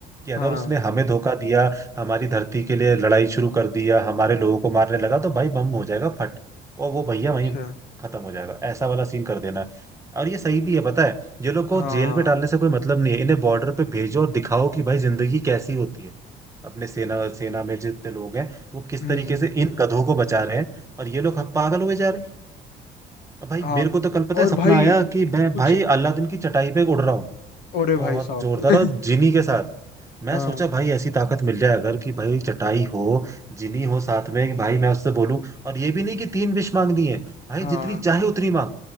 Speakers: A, on the right (about 15°); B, on the left (about 80°).
A: कि अगर
B: हाँ
A: उसने हमें धोखा दिया हमारी धरती के लिए लड़ाई शुरू कर दिया हमारे लोगों को मारने लगा तो भाई बम हो जाएगा फट और वो भैया
B: अच्छा
A: वहीं खत्म हो जाएगा ऐसा वाला सीन कर देना है। और ये सही भी है पता है ये लोग को
B: हाँ
A: जेल में डालने से कोई मतलब नहीं है इन्हें बॉर्डर पे भेजो और दिखाओ कि भाई जिंदगी कैसी होती है अपने सेना सेना में जितने लोग हैं वो किस
B: हम्म
A: तरीके से इन गधों को बचा रहे हैं और ये लोग अब पागल हुए जा रहे हैं अब भाई
B: हाँ
A: मेरे को तो कल पता
B: और
A: है सपना
B: भाई
A: आया कि मैं
B: कुछ
A: भाई अलादीन की चटाई पे उड़ रहा हूँ
B: अरे
A: बहुत
B: भाई साहब
A: जोरदार और
B: <laughs>
A: जिनी के साथ मैं
B: हाँ
A: सोचा भाई ऐसी ताकत मिल जाए अगर कि भाई चटाई हो जिनी हो साथ में कि भाई मैं उससे बोलूं और ये भी नहीं कि तीन विश मांगनी है भाई
B: हाँ
A: जितनी चाहे उतनी मांग